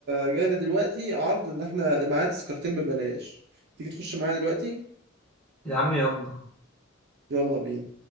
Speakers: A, on the right (about 55°); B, in the centre.
A: جاي لي دلوقتي عرض ان احنا معايا تذكرتين ببلاش تيجي تخش معايا دلوقتي
B: يا عم يلا
A: يلا بينا